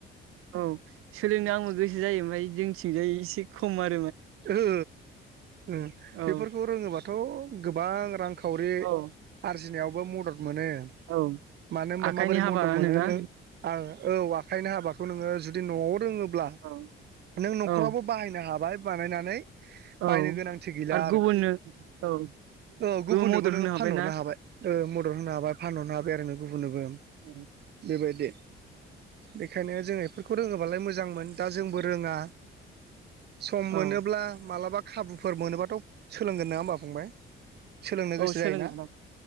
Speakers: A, on the right; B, on the right.
A: औ सोलोंनो आंबो गोसो जायो ओमफाय जोंथिंजाय एसे खमानो।
B: ओ ओ
A: औ
B: बेफोरखौ रोङोबाथ' गोबां रांखावरि
A: औ
B: आरजिनायावबो म दद मोनो।
A: औ
B: मानो होनबा
A: आखाइनि
B: माबोरै
A: हाबा
B: मदद
A: होनोना
B: मोनो नों आं औ आखायनि हाबाखौ नोङो न'आव रोङोब्ला
A: औ
B: नों नखरावबो
A: औ
B: बाहायनो हाबाय नायनानै
A: औ
B: बायनो गोनांथि गैला
A: आरो गुबुननो औ
B: ओ गुबुननोबो
A: मदद
B: नोङो
A: होनो हाबायना
B: फानहर नो हाबाय ओ मदद होनो हाबाय फानहरनो हाबाय आरो नों गुबुननोबो।
A: औ
B: बेबायदि बेखायनो जों बेफोरखौ रोङोबालाय मोजांमोन दा जोंबो रोङा। सम
A: औ
B: मोनोब्ला मालाबा खाबुफोर मोनोबाथ' सोलोंगोन नङा होनोमबा फंबाय। सोलोंनो
A: औ
B: गोसो
A: सोलोङो
B: जायोना।
A: आदा